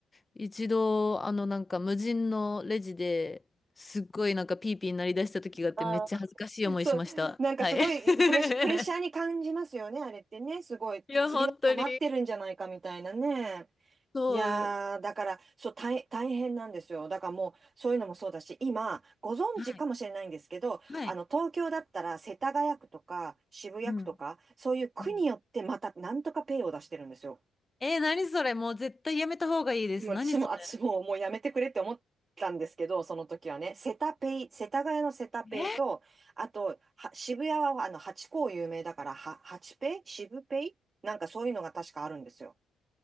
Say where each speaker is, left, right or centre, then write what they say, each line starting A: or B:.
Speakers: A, on the left (about 20°); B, on the right (about 35°).
A: 一度、あの、なんか無人のレジですっごいなんかピーピーになりだした時があってめっちゃ恥ずかしい思いしました。
B: あーそう、なんかすごいプレッシ、
A: はい。<laughs>
B: プレッシャーに感じますよね、あれってね。すごい、
A: いや、
B: 次の人待ってるんじゃないかみたいなね。
A: 本当に。そう。
B: いやー、だから、そう、大、大変なんですよ。だからもう、そういうのもそうだし、今、ご存知かもしれないんですけど、
A: はい。はい。
B: あの、東京だったら、世田谷区とか、渋谷区とか、
A: うん。
B: そういう区によって、
A: うん
B: また、なんとかペイを出してるんですよ。
A: えー、何それもう絶対やめた方がいいです。
B: もう私も、
A: 何それ
B: 私も、もうやめてくれって思ったんですけど、その時はね、セタペイ、世田谷のセタペイと、
A: <laughs>
B: あと、は渋谷は、あの、ハチ公有名だから、は、ハチペイ渋ペイなんかそういうのが確かあるんですよ。